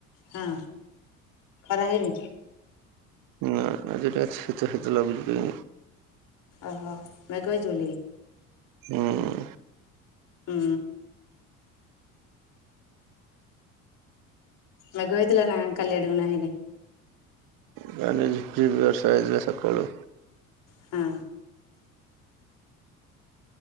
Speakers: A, on the left; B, on the right.
A: ହଁ ଖରା ହେଇନି?
B: ନା ଆଜି ତ ଶୀତ ଶୀତ ଲାଗୁଚି କାଇଁ।
A: ଓହୋ ମେଘ ହେଇ ଚିବୋଲିକି।
B: ହୁଁ।
A: ହୁଁ। ମେଘ ହେଇଥିଲା ନା କାଲି ଆଡକୁ ନା ହେଇନି?
B: ନା ନା ଝିପଝିପ ବର୍ଷ ହେଇଥିଲା ସକାଳୁ।
A: ହଁ।